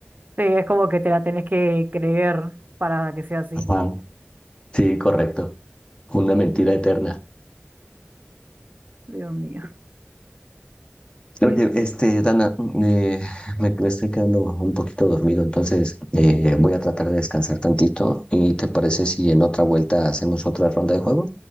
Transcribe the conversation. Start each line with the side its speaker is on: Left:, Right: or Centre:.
Right: Sí, es como que te la tenés que creer para que sea así.
Left: Ajá. Sí, correcto. Una mentira eterna.
Right: Dios mío.
Left: Oye,
Right: Eh,
Left: este, Dana, eh, <laughs> me, me estoy quedando un poquito dormido, entonces eh, voy a tratar de descansar tantito. ¿Y te parece si en otra vuelta hacemos otra ronda de juego?